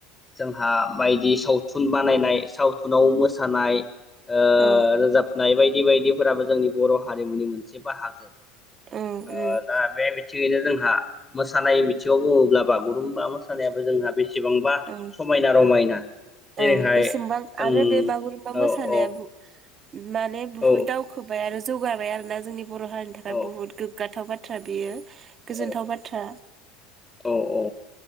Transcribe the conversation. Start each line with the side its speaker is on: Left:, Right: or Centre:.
Left: जोंहा बाइदि साव थुन बानायनाय सावथु ननाव मोसानाय ओ
Right: औ
Left: रोजाबनाय बाय बेबायदि फोराबो जोंनि बर हारिमुनि मोनसे बाहागो
Right: औ
Left: ओ
Right: उम
Left: दा बे बिथिंङैनो जोंङो आ मोसानाय बिथिंङाव बुंङोब्ला बा गुरुम्बा मोसानायाबो जोंहा बेसेबांबा
Right: औ
Left: समायना रमायना जेरैहाय
Right: औ बेसेमबां
Left: जों
Right: आरो बे बागुरुम्बा
Left: औ
Right: मोसानाया
Left: औ
Right: बो माने बुहुत
Left: औ
Right: दावखोबाय आरो जौ गाबाय आरोना जोंनि बर हारिनि थाखाय
Left: औ
Right: बहुत गोग्गाथाव बाथ थ्रा बेयो
Left: <inaudible>
Right: गोजोनथाव
Left: औ
Right: बाथ्रा
Left: औ औ औ